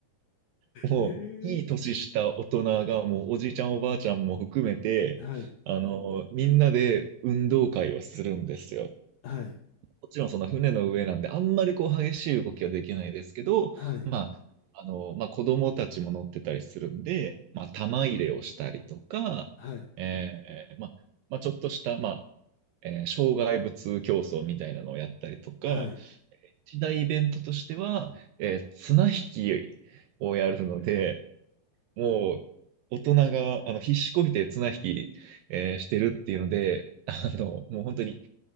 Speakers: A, on the right (about 80°); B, on the left (about 75°).
A: <laughs> もういい年した大人がもうおじいちゃんおばあちゃんも含めて、
B: へえ、はい。
A: あの、みんなで運動会をするんですよ。
B: はい。
A: もちろんその船の上なんで、あんまりこう激しい動きはできないですけど、
B: はい。
A: まあ、あの、まあ子供たちも乗ってたりするんで、まあ玉入れをしたりとか、
B: はい。
A: えーまあ、まあちょっとした、まあ、えー障害物競争みたいなのをやったりとか、
B: はい。
A: 一大イベントとしては、えー綱引きをやるので、もう、大人が、あの、必死こいて綱引き、えーしてるっていうので、あの、もう本当に、